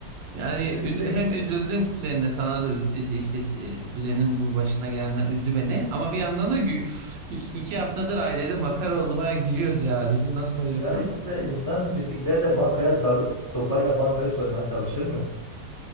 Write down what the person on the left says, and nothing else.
İşte
direkt
ya
işte insan bisikletle bankaya dalıp sopayla bankayı soymaya çalışır mı?